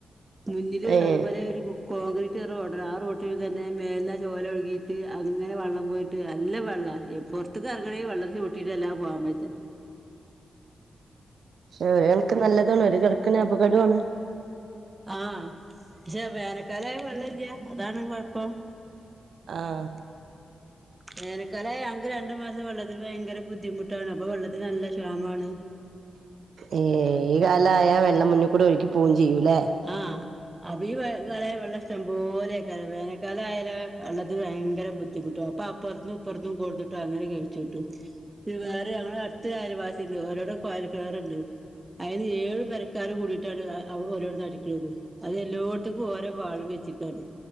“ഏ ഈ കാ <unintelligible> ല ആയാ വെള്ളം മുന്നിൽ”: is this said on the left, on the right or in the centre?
Right